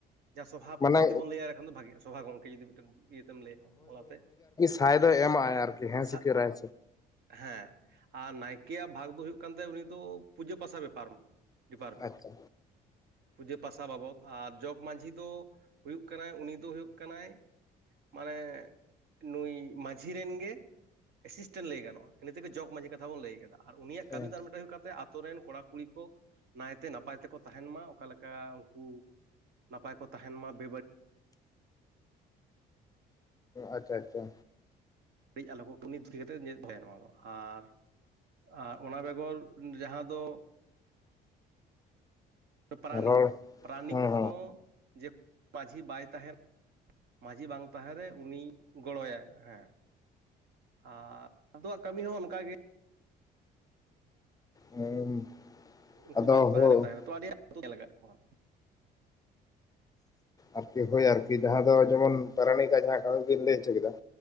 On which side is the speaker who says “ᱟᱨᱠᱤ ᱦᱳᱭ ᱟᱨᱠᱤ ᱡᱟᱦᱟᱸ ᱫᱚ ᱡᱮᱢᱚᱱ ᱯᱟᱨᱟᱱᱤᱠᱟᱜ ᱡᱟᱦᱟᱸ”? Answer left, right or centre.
Left